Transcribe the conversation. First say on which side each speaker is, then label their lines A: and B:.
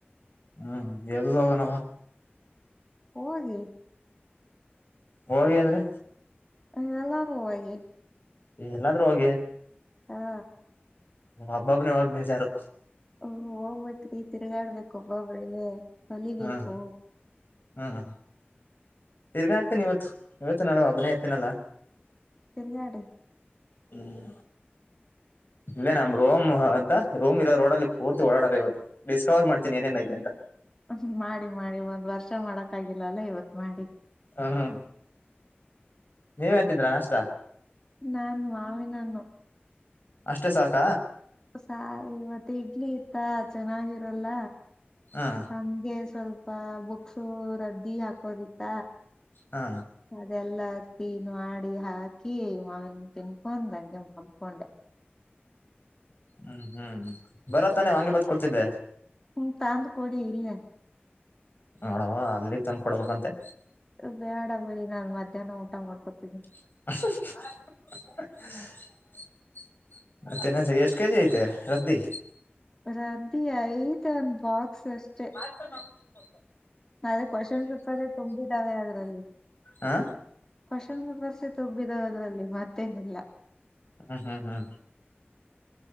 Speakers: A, on the left; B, on the left.
A: ಹ್ಮ ಎಲ್ಲೋಗನವ್ವ
B: ಹೋಗಿ
A: ಹೋಗಿ ಅಂದ್ರೆ
B: ಹ ಎಲ್ಲಾರು ಹೋಗಿ
A: ಎಲ್ಲಾದ್ರೂ ಹೋಗಿ
B: ಹಾ
A: ಒಬ್ಬೊಬ್ಬನೇ ಹೋಗಕ್ ಬೇಜಾರು
B: ಹ ಹೋಗ್ಬೇಕ್ರೀ ತಿರುಗಾಡ್ಬೇಕ್ ಒಬ್ಬೊಬ್ಬರೇ ಕಲಿಬೇಕು
A: ಹ್ಮ್ ಹ್ಮ್ ತಿರ್ಗಾಡ್ತೀನ್ ಇವತ್ತು ಇವತ್ತು ನಾಳೆ ಒಬ್ಬನೆ ಇರ್ತಿನಲ್ಲ
B: ತಿರ್ಗಾಡಿ
A: ಹ್ಮ್ ಇಲ್ಲೆ ನಮ್ ರೂಮ್ ಎಂತ ರೂಮ್ ಇರೋ ರೋಡ್ಲ್ಲಿ ಪೂರ್ತಿ ಓಡಡದೆ ಇವತ್ತು ಡಿಸ್ಕವರ್ ಮಾಡ್ತೀನಿ ಏನೇನ್ ಐತೆ ಅಂತ
B: ಹ್ಮ ಮಾಡಿ ಮಾಡಿ ಒಂದ್ ವರ್ಷ ಮಾಡಕ್ ಆಗಿಲ್ಲ ಅಲ್ಲ ಇವತ್ ಮಾಡಿ
A: ಹಾ ಹಾ ನೀವೇನ್ ತಿಂದ್ರಾ ನಾಷ್ಟ
B: ನಾನ್ ಮಾವಿನ ಹಣ್ಣು
A: ಅಷ್ಟೇ ಸಾಕ
B: ಸಾಕು ಇವತ್ ಇಡ್ಲಿ ಇತ್ತ ಚೆನ್ನಾಗಿರಲ್ಲ
A: ಹಾ
B: ಹಂಗೆ ಸ್ವಲ್ಪ ಬುಕ್ಸು ರದ್ದಿ ಹಾಕೋದಿತ್ತ.
A: ಹಾ
B: ಅದೆಲ್ಲ ಕ್ಲೀನ್ ಮಾಡಿ ಹಾಕಿ ಮಾವನಣ್ ತಿನ್ಕೊಂಡ ಬಂದು ಮಲ್ಕೊಂಡೆ.
A: ಹ್ಮ್ ಹ್ಮ್ ಬರದ್ತಾನೆ ವಾಂಗಿ ಬತ್ ಕೊಡ್ತಿದ್ದೆ.
B: ಹ್ಮ ತಂದ್ ಕೊಡಿ ಇಲ್ಲೇ.
A: ನೋಡವ ಅದಿಲ್ಲಿಗ್ ತಂದ್ ಕೊಡ್ಬೇಕಂತೆ.
B: ಬೇಡ ಬಿಡಿ ನಾನು ಮಧ್ಯಾಹ್ನ ಊಟ ಮಾಡ್ಕೋತಿನಿ.
A: <unintelligible> ಮತ್ತೆ ಇನೆನ್ಸ ಎಷ್ಟ್ ಕೆಜಿ ಐತೆ ರದ್ದಿ?
B: ರದ್ದಿ ಐತ್ ಒಂದ್ ಬಾಕ್ಸ್ ಅಷ್ಟೇ.
A: ಆ <unintelligible>
B: ನಾಳೆ ಕ್ವೊಶನ್ ಪೇಪರೇ ತುಂಬಿದ್ದಾವೆ ಅದ್ರಲ್ಲಿ.
A: ಹ
B: ಕ್ವೊಶನ್ ಪೇಪರ್ಸೆ ತುಬ್ಬಿದಾವ್ ಅದ್ರಲ್ಲಿ ಮತ್ತೇನಿಲ್ಲ.
A: ಹ್ಮ್ ಹ್ಮ್ ಹ್ಮ್